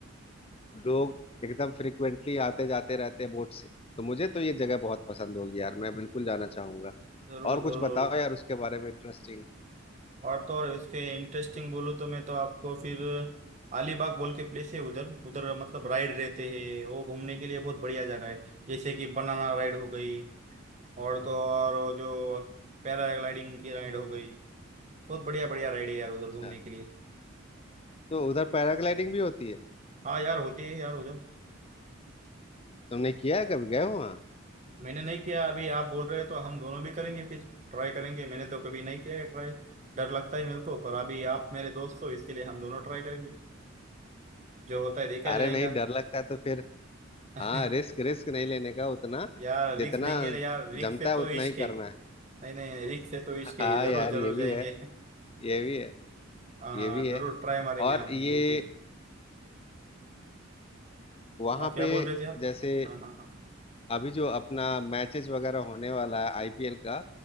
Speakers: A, on the left (about 30°); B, on the right (about 35°).
A: लोग एकदम फ्रिक्वेंटली आते जाते रहते हैं बोट से तो मुझे तो ये जगह बहुत पसंद होगी यार मैं बिल्कुल जाना चाहूंगा
B: जरूर
A: और कुछ
B: जरूर
A: बताओ यार उसके बारे में इंटरेस्टिंग
B: और तो और इसके इंटरेस्टिंग बोलूँ तो मैं तो आपको फिर अलीबाग बोल के प्लेस है उधर उधर मतलब राइड रहते हैं वो घूमने के लिए बहुत बढ़िया जगह है जैसे कि बनाना राइड हो गई और तो और वो जो पैराग्लाइडिंग की राइड हो गई बहुत बढ़िया बढ़िया राइड है यार उधर
A: अच्छा
B: घूमने के लिए
A: तो उधर पैराग्लाइडिंग भी होती है
B: हाँ यार होती है यार उधर
A: तुमने किया है कभी गए हो वहाँ
B: मैंने नहीं किया अभी आप बोल रहे हैं तो हम दोनों भी करेंगे फिर ट्राई करेंगे मैंने तो कभी नहीं किया है ट्राई डर लगता है मेरे को पर अभी आप मेरे दोस्त हो इसके लिए हम दोनों ट्राई करेंगे जो होता है देखा
A: अरे
B: जाएगा
A: नहीं डर लगता है तो फिर
B: <laughs>
A: हाँ रिस्क रिस्क नहीं लेने का उतना
B: यार रिक्स
A: जितना
B: लेंगे ना यार रिक्स
A: जमता
B: से
A: है
B: तो
A: उतना
B: इश्क
A: ही
B: है
A: करना है
B: नहीं नहीं रिक्स से तो
A: <laughs>
B: इश्क है
A: हाँ
B: ये जरूर
A: यार
B: जरूर
A: ये भी
B: जाएंगे
A: है
B: <laughs>
A: ये भी है
B: हाँ हाँ,
A: ये भी
B: जरूर
A: है
B: ट्राई मारेंगे
A: और
B: हम
A: ये
B: उस दिन
A: वहाँ
B: हाँ क्या
A: पे
B: बोल रहे थे आप
A: जैसे
B: हाँ हाँ हाँ
A: अभी जो अपना मैचेस वगैरह होने वाला है आईपीएल का